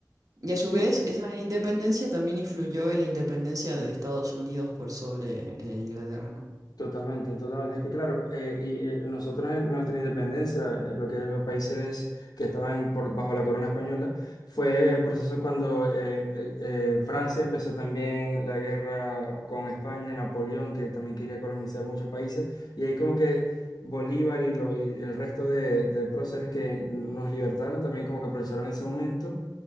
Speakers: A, on the right; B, on the left.
A: Y a su
B: Sí,
A: vez, esa independencia también influyó en la independencia de Estados Unidos por sobre eh, Inglaterra, ¿no?
B: Totalmente, totalmente. Es que claro, eh, y eh, nosotros en nuestra independencia, eh, lo que es los países que estaban por- bajo la corona española, fue el proceso cuando eh, eh, eh, Francia empezó también la guerra con España, Napoleón, que también quería colonizar muchos países, y ahí como que Bolívar y, lo- y el resto de, de próceres que nos libertaron también como que aprovecharon ese momento